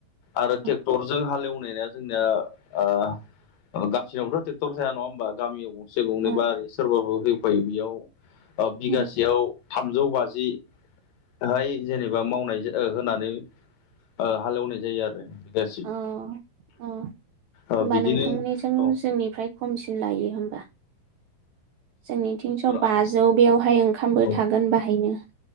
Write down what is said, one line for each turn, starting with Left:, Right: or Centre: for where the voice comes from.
Left: आरो ट्रेक्टरजों
Right: औ
Left: हालेवनाया जोंनिया आ ओ गसिनिावथ ट्रेक्टर थाया नङा होमबा गामियाव गंसे गंनै
Right: औ
Left: बा सोरबाबो होफायो बेयाव बिगासेयाव
Right: उम
Left: थामजौ बाजिहाय जेनेबा मावनाय जा ओ होनानै ओ हालेवनाय जायो आरो बिगासै
Right: औ ओ
Left: ओ
Right: होमबा
Left: बिदिनो
Right: नोंथांमोननिजों
Left: औ
Right: जोंनिफ्राय खमसिन लायो होमबा। जोंनि तिनस बाजौ
Left: आं एसे
Right: बेयावहाय ओंखामबो
Left: औ
Right: थागोन बाहायनो।